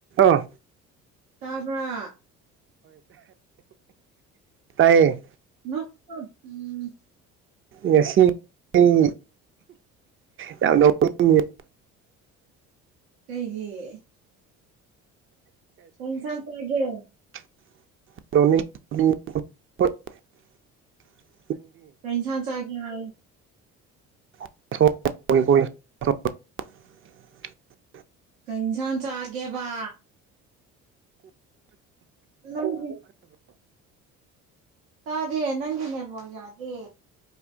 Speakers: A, on the right (about 40°); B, on the right (about 85°).
A: ꯑꯥ
B: ꯑꯕ
A: ꯇꯥꯏꯌꯦ
B: ꯎꯝ
A: ꯉꯁꯤ ꯑꯩ ꯌꯥꯝ ꯅꯉ ꯌꯦ
B: ꯀꯩꯒꯤ ꯀꯟꯁꯥꯟꯁꯒꯦ
A: <unintelligible>
B: ꯀ ꯏꯟꯁꯥꯟ ꯆꯥꯒꯦ ꯍ
A: <unintelligible>
B: ꯀꯩ ꯏꯟꯁꯥꯟ ꯆꯥꯒꯦꯕ ꯃꯪꯗꯤ ꯇꯗꯦ ꯅꯪꯦꯅꯦꯜꯕꯣ ꯌꯥꯗꯦ